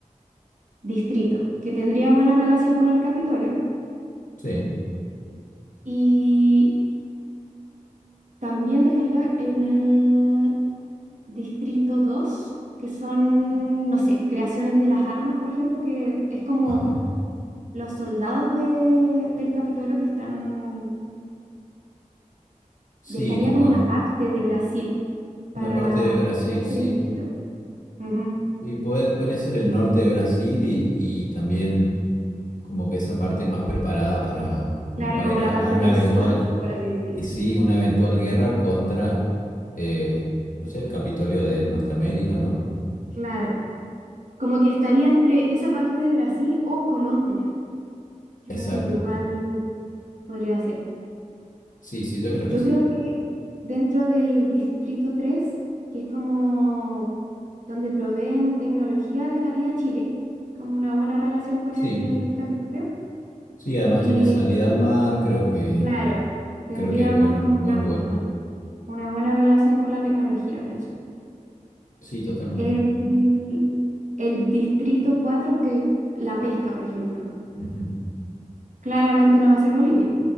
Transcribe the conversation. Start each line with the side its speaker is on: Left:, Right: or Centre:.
Right: distrito, que tendría buena relación con el Capitolio.
Left: sí.
Right: y También dejaría en el distrito dos que son, no sé, creaciones de las armas, por ejemplo, que es como
Left: Ajá.
Right: los soldados de- del Capitolio que están,
Left: Sí,
Right: dejaría
Left: como
Right: como una
Left: el-
Right: parte de Brasil para
Left: una parte de Brasil,
Right: ese
Left: sí.
Right: distrito. Ujú.
Left: Y puede- podría ser el norte de Brasil y, y también como que esa parte más preparada para, bueno,
Right: Claro,
Left: para
Right: como
Left: ir a,
Right: la
Left: a
Right: parte
Left: una
Right: del
Left: eventual,
Right: SWAT, por así decirlo.
Left: y sí, una eventual guerra contra, eh, no sé, el Capitolio de Norteamérica, ¿no?
Right: Claro, como que estaría entre esa parte de Brasil o Colombia, que
Left: Exacto.
Right: pienso que igual podría ser.
Left: Sí, sí, yo creo
Right: Yo
Left: que sí.
Right: creo que dentro del Distrito 3, que es como donde proveen tecnología, dejaría a Chile, como una buena relación con
Left: Sí,
Right: el Capitolio.
Left: sí, además
Right: Y
Left: tiene salida al mar, creo que,
Right: claro, tendríamos
Left: creo que es bueno,
Right: como
Left: buen lugar.
Right: una, una buena relación con la tecnología, pienso.
Left: Sí, totalmente.
Right: El, el Distrito cuatro que la pesca, por ejemplo,
Left: Ujú.
Right: claramente no va a ser Bolivia.